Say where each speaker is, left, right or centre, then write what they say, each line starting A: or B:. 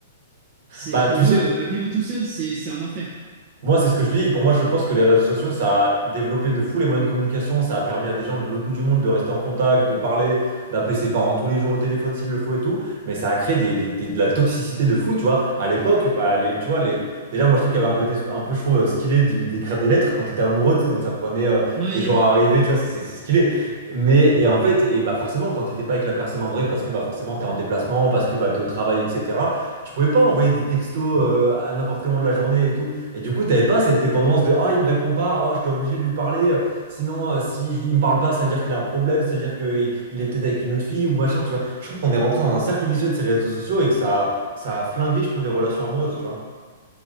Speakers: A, on the right; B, on the right.
A: c'est
B: Bah,
A: pour
B: tu sais,
A: eux, euh, vivre tout seul, c'est, c'est un enfer.
B: Moi, c'est ce que je dis. Pour moi, je pense que les réseaux sociaux, ça a développé de fou les moyens de communication. Ça a permis à des gens de l'autre bout du monde de rester en contact, de parler, d'appeler ses parents tous les jours au téléphone s'il le faut et tout. Mais ça a créé des, des- des- de la toxicité de fou, tu vois. À l'époque, bah, les, tu vois, les... déjà, moi, je trouve qu'il y avait un côté un peu, je trouve, stylé du- d'écrire des lettres quand t'étais amoureux, tu sais. Donc, ça prenait euh,
A: Oui,
B: des jours à arriver, tu vois, ça, c'est c'est stylé. Mais, et en fait, et bah, forcément, quand t'étais pas avec la personne en vrai, parce que, bah, forcément, t'es en déplacement, parce que, bah, t'es au travail, etc., tu pouvais pas envoyer des textos euh, à n'importe quel moment de la journée et tout. Et du coup, t'avais pas cette dépendance de ah, il me répond pas, oh, j'étais obligé de lui parler, euh, sinon, euh, si je- il me parle pas, ça veut dire qu'il a un problème, ça veut dire qu'il il est peut-être avec une autre fille ou machin, tu vois. Je trouve qu'on est rentré dans un cercle vicieux de ces réseaux sociaux et que ça, que ça a flingué, je trouve, les relations amoureuses, tu vois.